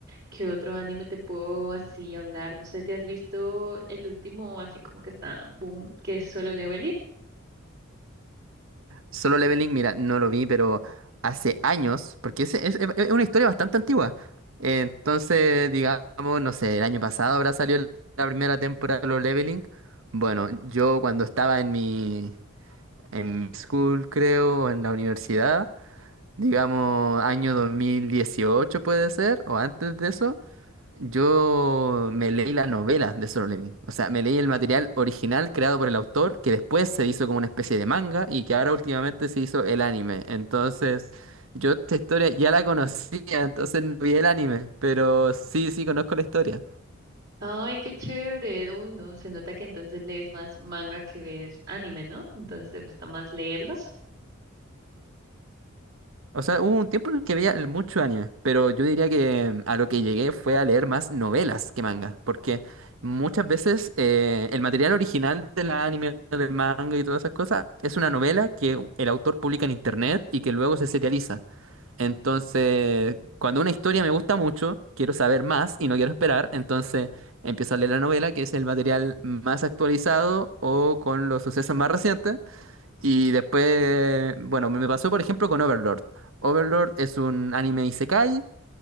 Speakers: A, on the right (about 50°); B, on the right (about 75°).
A: ¿qué otro anime te puedo así hablar? No sé, ¿te has visto el último así como que está, boom, que es Solo Leveling?
B: Solo Leveling, mira, no lo vi, pero hace años, porque es, es- es una historia bastante antigua. Entonces, digamos, no sé, el año pasado habrá salido la primera temporada de Solo Leveling. Bueno, yo cuando estaba en mi en school, creo, en la universidad, digamos año 2018 puede ser, o antes de eso, yo me leí la novela de Solo Leveling. O sea, me leí el material original creado por el autor, que después se hizo como una especie de manga y que ahora últimamente se hizo el anime. Entonces, yo esta historia ya la conocía, entonces no vi el anime, pero sí, sí, conozco la historia.
A: Ay, qué chévere. Uy, no, se nota que entonces lees más manga que ves anime, ¿no? Entonces te gusta más leerlos.
B: O sea, hubo un tiempo en el que veía mucho anime, pero yo diría que mm, a lo que llegué fue a leer más novelas que mangas, porque muchas veces eh, el material original del anime, del manga y todas esas cosas es una novela que el autor publica en internet y que luego se serializa. Entonces, cuando una historia me gusta mucho, quiero saber más y no quiero esperar, entonces empiezo a leer la novela, que es el material más actualizado o con los sucesos más recientes. Y después, bueno, me pasó por ejemplo con Overlord. Overlord es un anime isekai